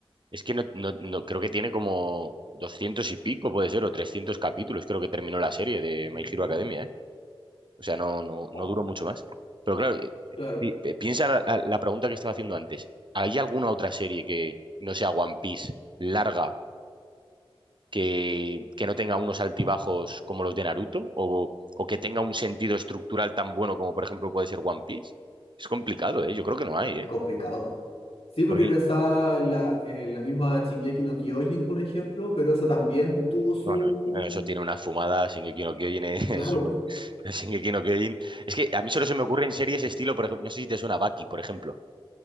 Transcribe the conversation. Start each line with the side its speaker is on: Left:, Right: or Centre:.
Right: es que no, no, no- creo que tiene como 200 y pico, puede ser, o 300 capítulos, creo que terminó la serie de
Left: Mm.
Right: My Hero Academia, ¿eh? O sea, no, no, no
Left: Wow,
Right: duró mucho más. Pero claro, eh,
Left: claro,
Right: pi- pi- piensa la, la- la pregunta que estaba haciendo antes. ¿Hay alguna otra serie que no sea One Piece larga que, que no tenga unos altibajos como los de Naruto? ¿O, o que tenga un sentido estructural tan bueno como por ejemplo puede ser One Piece? Es complicado, ¿eh? Yo creo que no hay,
Left: es
Right: ¿eh?
Left: complicado. Sí, porque
Right: Porque,
Left: pensaba en la, en la misma Shingeki no Kyojin, por ejemplo, pero eso también tuvo su...
Right: bueno, eh, eso tiene una fumada, Shingeki no Kyojin, eh, <laughs>
Left: Claro,
Right: es un- Shingeki no Kyojin. Es que a mí solo se me ocurren series estilo, por ejemplo, no sé si te suena Baki, por ejemplo.